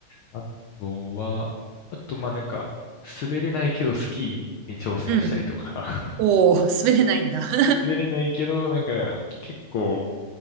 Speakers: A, on the left (about 85°); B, on the right (about 80°).
A: あとは、あと、まあなんか、滑れないけどスキーに挑戦したりとか
B: うん。おー、滑れないんだ。
A: <laughs>
B: <laughs>
A: 滑れないけど、なんか、結構、